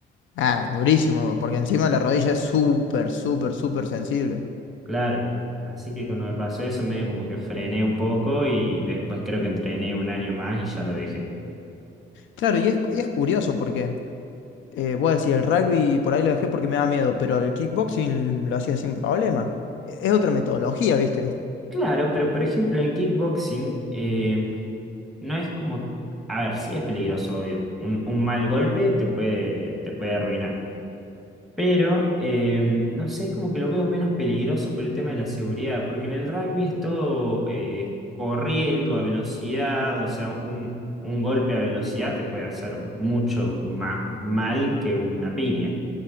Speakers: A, on the left; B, in the centre.
A: Ah, durísimo, porque encima la rodilla es súper, súper, súper sensible.
B: Claro, así que cuando me pasó eso medio como que frené un poco y después creo que entrené un año más y ya lo dejé.
A: Claro, y es, y es curioso porque Eh, voy a decir, el rugby por ahí lo dejé porque me da miedo, pero el kickboxing lo hacía sin problema. E- Es otra metodología, ¿viste?
B: Claro, pero por ejemplo en el kickboxing eh, no es como, a ver, sí es peligroso, obvio, un, un mal golpe te puede, te puede arruinar. Pero, em, no sé, es como que lo veo menos peligroso por el tema de la seguridad, porque en el rugby es todo eh, corriendo a velocidad, o sea, un, un golpe a velocidad te puede hacer mucho más mal que una piña.